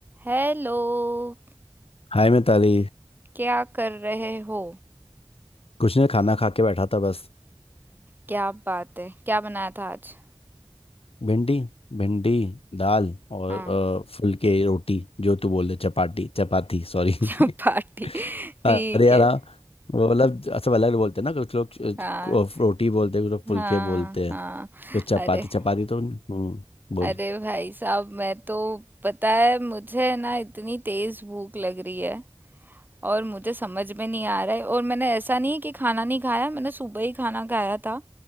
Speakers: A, on the right (about 20°); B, on the left (about 85°).
A: Hello
B: हाय मिताली
A: क्या कर रहे हो
B: कुछ नहीं खाना खा के बैठा था बस
A: क्या बात है क्या बनाया था आज
B: भिंडी भिंडी दाल और
A: हाँ
B: अ, फुलके रोटी जो तू बोल रहे चपाटी चपाती सॉरी <laughs>
A: <laughs> क्या पार्टी ठीक
B: अरे यार
A: है
B: हाँ, वो मतलब सब अलग बोलते हैं ना कुछ लोग अ,
A: हाँ
B: को- रोटी बोलते हैं कुछ लोग फुलके
A: हाँ
B: बोलते हैं
A: हाँ
B: कुछ चपाती
A: अरे
B: चपाती तो हम्म बोल
A: अरे भाई साहब मैं तो पता है मुझे ना इतनी तेज भूख लग रही है और मुझे समझ में नहीं आ रहा है और मैंने ऐसा नहीं है कि खाना नहीं खाया मैंने सुबह ही खाना खाया था